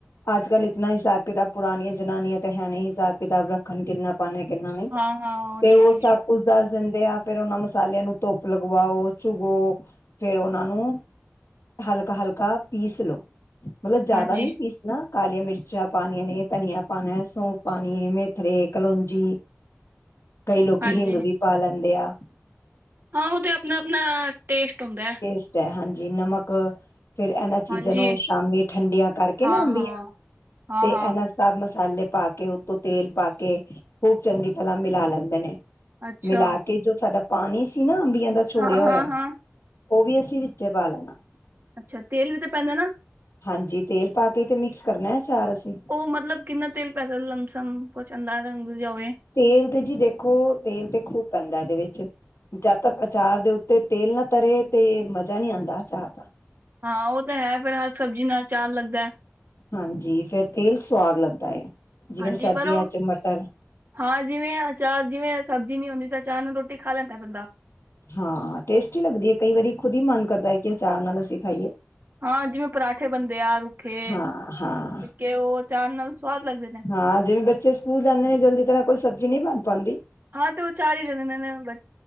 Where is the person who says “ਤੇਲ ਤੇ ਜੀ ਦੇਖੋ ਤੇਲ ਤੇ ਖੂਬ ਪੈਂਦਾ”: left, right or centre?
Left